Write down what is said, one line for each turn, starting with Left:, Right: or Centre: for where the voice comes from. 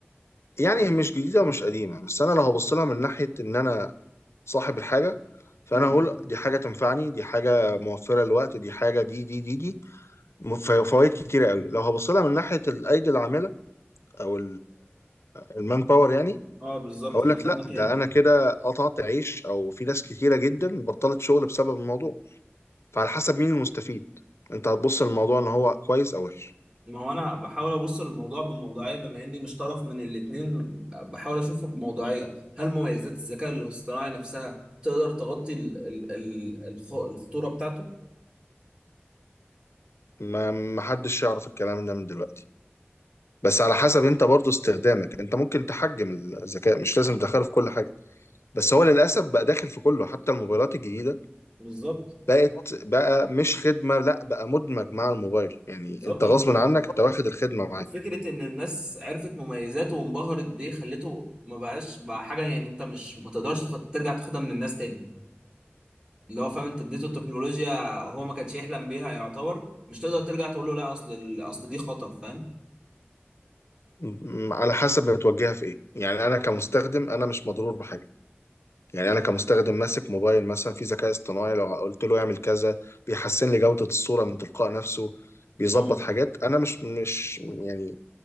Left: يعني مش جديدة ومش قديمة بس انا لو هبص لها من ناحية ان انا صاحب الحاجه فانا
Right: امم
Left: هقول دي حاجه تنفعني دي حاجه موفره للوقت دي حاجه دي دي دي دي م- ف- فوائد كتيره قوي لو هبص لها من ناحيه الايدي العامله او المان باور يعني
Right: اه بالظبط
Left: هقول
Right: ده
Left: لك
Right: خد
Left: لا
Right: مكاني
Left: ده انا كده قطعت عيش او في ناس كتيره جدا بطلت شغل بسبب الموضوع فعلى حسب مين المستفيد انت هتبص للموضوع ان هو كويس او وحش
Right: ما هو انا بحاول ابص للموضوع بموضوعيه بما اني مش طرف من الاثنين بحاول اشوفه بموضوعيه هل مميزات الذكاء الاصطناعي نفسها تقدر تغطي ال ال ال الخ- الخطوره بتاعته
Left: ما ما حدش يعرف الكلام ده من دلوقتي بس على حسب انت برضو استخدامك انت ممكن تحجم الذكاء مش لازم تدخله في كل حاجه بس هو للاسف بقى داخل في كله حتى الموبايلات الجديده
Right: بالظبط
Left: بقت بقى مش خدمه لا بقى مدمج مع الموبايل يعني
Right: بالظبط
Left: انت
Right: انا
Left: غصب
Right: بقول
Left: عنك انت واخد الخدمه معاه
Right: وفكرة إن الناس عرفت مميزاته وانبهرت بيه خلته ما بقاش بقى حاجة يعني أنت مش ما تقدرش تاخد- ترجع تاخدها من الناس تاني اللي هو فاهم أنت اديته التكنولوجيا هو ما كانش يحلم بيها يعتبر مش تقدر ترجع تقول له لا أصل ال- أصل دي خطر فاهم؟
Left: م- على حسب بتوجهها في ايه يعني انا كمستخدم انا مش مضرور بحاجه يعني انا كمستخدم ماسك موبايل مثلا في ذكاء اصطناعي لو قلت له يعمل كذا بيحسن لي جوده الصوره من تلقاء نفسه بيظبط
Right: امم
Left: حاجات انا مش مش يعني